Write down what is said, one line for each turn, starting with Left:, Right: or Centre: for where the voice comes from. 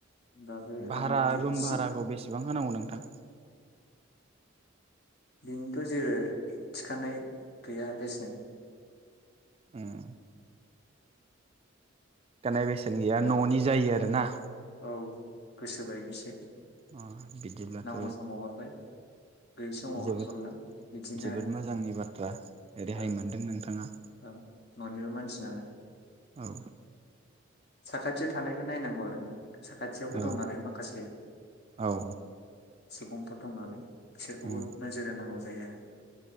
Left: होमबाबो
Right: भारा
Left: आङो गि
Right: रुम
Left: सि
Right: भाराखौ बेसेबां होनांगौ नोंथां
Left: बेनोथ' जेबो थिखानाय गैया बेसेन
Right: उम थिखानाय बेसेन गैया न'नि जायो आरो ना
Left: औ गोसोबायदिसो
Right: अ बिदिब्लाथ'
Left: नांगौ समाव हरबाय गैयि समाव
Right: जोबोद
Left: हरला बिदिनो
Right: जोबोद
Left: आरो
Right: मोजांनि बाथ्रा रेहाय
Left: ओं
Right: मोनदों नोंथाङा
Left: ओं ननिबो मानसि नालाय
Right: औ
Left: साखाथि थानायखौ नायनांगौ आरो ना साखाथियावबो
Right: औ
Left: दं नालाय माखासे
Right: औ
Left: सुबुं थ' दं नालाय। बिसोरखौबो
Right: उम
Left: नोजोर होनांगौ जायो आरो। द <inaudible>